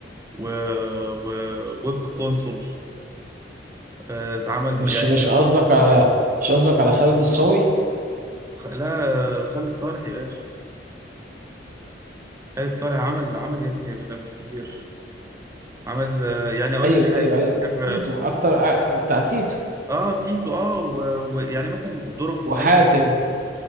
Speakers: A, on the right (about 15°); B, on the right (about 50°).
A: و... و... وابن القنصل آه، اتعمل ب...
B: مش
A: يعني
B: مش
A: بي...
B: قصدك على مش قصدك على خالد الصاوي
A: خ... لا خالد صالح يا باشا خالد صالح عمل عمل يا ابني افلام كتير عمل آه، يعني اقول
B: ايوه
A: لك حاجه
B: ايوه ايوه
A: فاكر
B: تيتو اكتر آه، بتاع تيتو
A: اه تيتو اه ويعني و... و- يعني مثلا دوره في
B: وحاتم
A: مسلسل